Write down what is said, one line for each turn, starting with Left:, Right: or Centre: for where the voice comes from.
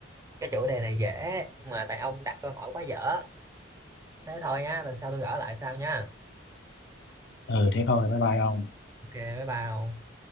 Right: cái chủ đề này dễ nhưng mà tại ông đặt câu hỏi quá dở thế thôi nha lần sau tôi gỡ lại sau nha
Left: ừ thế thôi bye bye ông
Right: ok bye bye